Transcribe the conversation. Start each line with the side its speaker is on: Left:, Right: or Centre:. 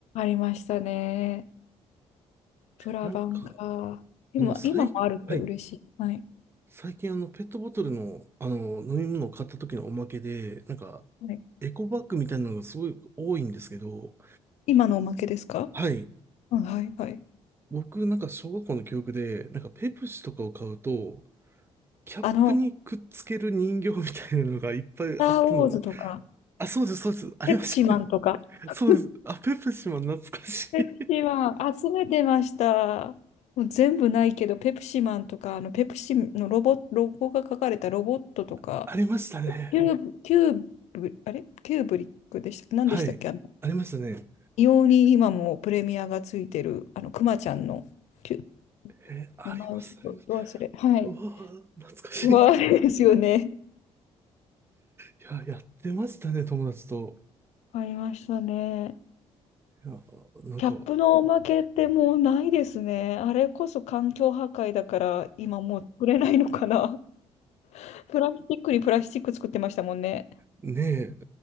Left: ありましたね。プラバンか。
Right: なんか、
Left: 今、
Right: あの、最、
Left: 今もあるって嬉しい。
Right: はい。
Left: はい。
Right: 最近あの、ペットボトルの、あの、飲み物を買った時のおまけで、なんか、
Left: はい。
Right: エコバッグみたいなのがすごい多いんですけど、
Left: 今のおまけですか
Right: はい。
Left: うん、はい、はい。
Right: 僕なんか小学校の記憶で、なんかペプシとかを買うと、キャップにくっつける人形みたいなのがいっぱいあったの。
Left: あの、スター・ウォーズとか、
Right: あ、そうです、そうです。ありましたね。
Left: ペプシマンとか、
Right: <laughs>
Left: <laughs>
Right: そうです。あ、ペプシマン懐かしい。
Left: ペプシマン集めてました。もう全部ないけど、ペプシマンとか、あの、ペプシのロボ、ロゴが書かれたロボットとか、
Right: <laughs> ありましたね。
Left: キューブ、キューブ、あれキューブリックでしたっけ何でしたっけあの、
Right: はい。ありましたね。
Left: 異様に今もプレミアがついてる、あの、クマちゃんの、キュ、
Right: え、あります、
Left: 名前をちょっとど忘れ。
Right: あります。
Left: はい。
Right: うわぁ、懐かしい。
Left: まあ、ですよね。
Right: <laughs> いや、やってましたね、友達と。
Left: わかりましたね。
Right: いや、なんか、
Left: キャップのおまけってもうないですね。あれこそ環境破壊だから今もう作れないのかな。<laughs> プラスチックにプラスチック作ってましたもんね。
Right: ねえ、